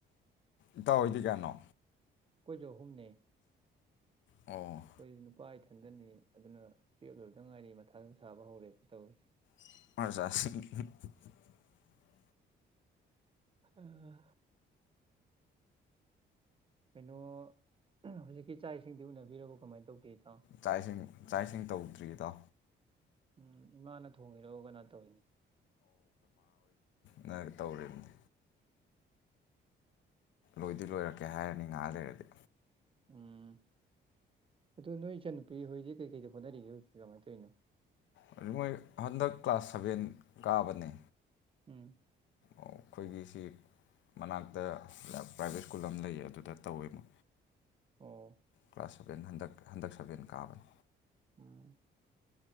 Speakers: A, on the left; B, on the right.
A: ꯏꯇꯥꯎꯑꯣ ꯍꯣꯏꯗꯤ ꯀꯌꯥꯅꯣ
B: ꯀꯣꯏꯖꯨ ꯑꯍꯨꯝꯅꯦ
A: ꯑꯣ
B: ꯈꯣꯏꯖꯨ ꯅꯨꯄꯥꯥ ꯏꯊꯟ ꯑꯗꯨꯅꯤ ꯑꯗꯨꯅ ꯇꯨꯌꯦꯂ꯭ꯚ ꯂꯣꯏꯔꯛꯄꯗ ꯉꯥꯏꯔꯤ ꯃꯊꯥ ꯑꯗꯨꯝ ꯁꯥꯕ ꯍꯧꯔꯦ ꯇꯧꯔꯤ
A: <unintelligible>
B: ꯑꯥ ꯀꯩꯅꯣ ꯍꯧꯖꯤꯛꯀꯤ ꯆꯥꯛ ꯏꯁꯤꯡꯗꯤ ꯎꯅꯕꯤꯔꯕ ꯀꯃꯥꯏꯅ ꯇꯧꯒꯦ ꯏꯇꯥꯎ
A: ꯆꯥꯛ ꯏꯁꯤꯡ ꯆꯥꯛ ꯏꯁꯤꯡ ꯇꯧ ꯇ꯭ꯔꯤꯗꯣ
B: ꯎꯝ ꯏꯃꯥꯅ ꯊꯣꯡꯉꯤꯑꯣ ꯀꯅꯥ ꯊꯣꯡꯉꯤꯅꯣ
A: ꯅꯒ ꯇꯧꯔꯤꯕꯅꯦ ꯂꯣꯏꯗꯤ ꯂꯣꯏꯔꯛꯀꯦ ꯍꯥꯏꯔꯅꯤ ꯉꯍꯥꯛ ꯂꯩꯔꯗꯤ
B: ꯎꯝ ꯑꯗꯨ ꯅꯣꯏ ꯏꯆꯟꯅꯨꯄꯤ ꯍꯣꯏꯗꯤ ꯀꯩꯀꯩꯗ ꯍꯣꯠꯅꯔꯤꯒꯦ ꯍꯧꯖꯤꯛ ꯀꯃꯥꯏꯅ ꯇꯧꯔꯤꯅꯣ
A: ꯑꯗꯨ ꯃꯣꯏ ꯍꯟꯗꯛ ꯀ꯭ꯂꯥꯁ ꯁꯚꯦꯟ ꯀꯥꯕꯅꯦ
B: ꯎꯝ
A: ꯑꯩꯈꯣꯏꯒꯤꯁꯤ ꯃꯅꯥꯛꯇ ꯄ꯭ꯔꯥꯏꯚꯦꯠ ꯁ꯭ꯀꯨꯜ ꯑꯃ ꯂꯩꯌꯦ ꯑꯗꯨꯗ ꯇꯧꯋꯦ ꯃ
B: ꯑꯣ
A: ꯀ꯭ꯂꯥꯁ ꯁꯕꯦꯟ ꯍꯟꯗꯛ ꯍꯟꯗꯛ ꯁꯕꯦꯟ ꯀꯥꯕꯅꯤ
B: ꯎꯝ